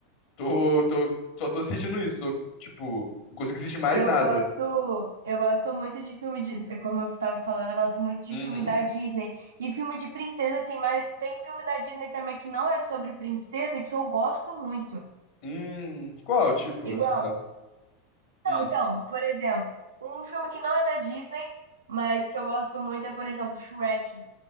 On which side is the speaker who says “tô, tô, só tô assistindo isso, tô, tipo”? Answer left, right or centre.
Left